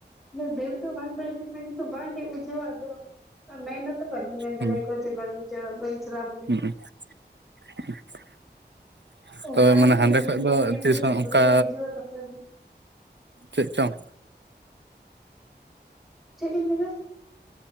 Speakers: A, in the centre; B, on the right.
A: ᱤᱭᱟᱹ ᱫᱟᱹᱲ ᱫᱚ ᱵᱟᱝ ᱫᱟᱹᱲ ᱦᱳᱭ ᱠᱟᱱᱟ ᱠᱤᱱᱛᱩ ᱵᱟᱝ ᱦᱮᱡ ᱵᱩᱡᱷᱟᱹᱣ-ᱟ᱾ ᱟᱫᱚ ᱢᱮᱱ ᱦᱚᱛᱚ ᱵᱟᱞᱤᱧ ᱢᱮᱱ ᱫᱟᱲᱮᱭᱟ
B: ᱦᱩᱸ
A: ᱠᱚᱣᱟ ᱡᱮ ᱵᱟᱝ ᱞᱤᱧ ᱪᱟᱜ-ᱟ ᱵᱟᱹᱧ ᱪᱟᱞᱟᱜ-ᱟ ᱵᱚᱞᱮ᱾
B: <unintelligible> <inaudible>
A: ᱚᱝᱠᱟ
B: ᱛᱚᱵᱮ
A: ᱠᱟᱛᱮ
B: ᱢᱟᱱᱮ
A: ᱜᱮ
B: ᱦᱟᱸᱰᱮ
A: ᱦᱤᱡᱩᱜ
B: ᱠᱷᱚᱡ
A: ᱦᱤᱞᱚᱜ
B: ᱫᱚ
A: ᱦᱚᱸ ᱠᱤᱱᱛᱩ
B: ᱛᱤᱥ
A: ᱡᱮ ᱫᱚᱢᱮ
B: ᱚᱱᱠᱟ
A: ᱫᱚᱠᱚ ᱦᱤᱡᱩᱜ-ᱟ ᱠᱷᱟᱹᱯᱟᱹᱨᱤ᱾ <unintelligible>
B: ᱪᱮᱜ ᱪᱚᱝ?
A: ᱪᱮᱜ ᱞᱤᱧ ᱢᱮᱱᱟ?